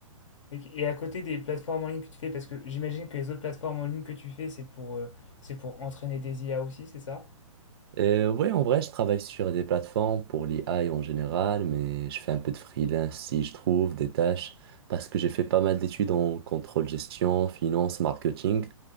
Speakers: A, on the left; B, on the right.
A: Et, et à côté des plateformes en ligne que tu fais, parce que j'imagine que les autres plateformes en ligne que tu fais, c'est pour, euh, c'est pour entraîner des IA aussi, c'est ça?
B: Euh, ouais, en vrai, je travaille sur des plateformes pour l'IA en général, mais je fais un peu de freelance si je trouve des tâches, parce que j'ai fait pas mal d'études en contrôle gestion, finance, marketing.